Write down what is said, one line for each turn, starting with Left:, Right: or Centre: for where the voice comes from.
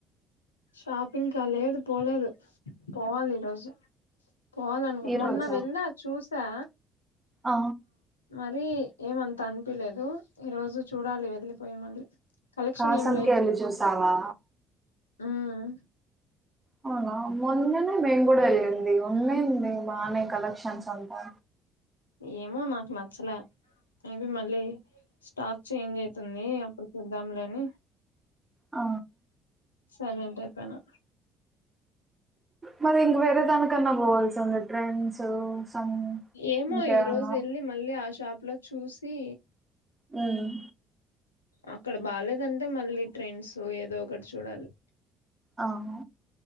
Left: షాపింగ్ క లేదు పోలేదు పోవాలి ఈరోోజు పోవాలనుకో
Right: ఈ
Left: మొన్న
Right: రోజా
Left: వెళ్దా చూసి సా
Right: ఆ
Left: మరి ఏమంత అనిపిలేదు ఈ రోజు చూడాలి వెళ్ళిపోయి మళ్ళీ కలెక్షన్
Right: కాసం
Left: ఏం
Right: కేళు చూసావా
Left: మ్మహ్
Right: అవునా మొన్ననే మేము కూడా వెళ్ళింది ఉన్నాంది బాగానే కలెక్షన్స్ అంతా
Left: ఏమో మా కు నచ్చలే మేబి మళ్ళీ స్టాక్ చేంజ్ అయితుంది అప్పుడు చూద్దాంలేని
Right: ఆ
Left: సైలెంట్ అయిపోనా
Right: మరి ఇంక వేరే దానికన్నా పోవాల్సి ఉంది ట్రెండ్స్ సం
Left: ఏమో
Right: ఇంకేమన్నా
Left: ఈ రోజు వెల్లి మళ్ళీ ఆశ షాప్లో చూసి
Right: అవును
Left: అక్కడ బాలేదంటే మళ్ళీ ట్రెండ్స్ ఏదో ఒకటి చూడాలి
Right: అవు